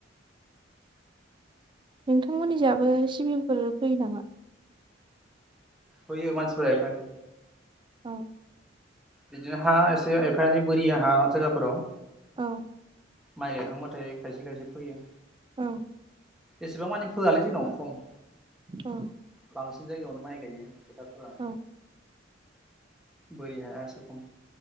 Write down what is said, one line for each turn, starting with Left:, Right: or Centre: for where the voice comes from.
Right: नोंथांमोननि जाहाबो सिबिंफोर फैयो नामा?
Centre: फैयो मानसिफोरा एफा एनै।
Right: औ।
Centre: बिदिनो हा एसे एफा एनै बोरिया हा जायगाफोराव
Right: औ।
Centre: माइ गाखांबाथाय खायसे - खायसे फोयो।
Right: औ।
Centre: एसेबां मानि फोयालै जोंनाव खम
Right: औ।
Centre: बांसिन जायगायावनो माइ गायो फोथारफोरा
Right: औ।
Centre: बोरि हाया एसेबां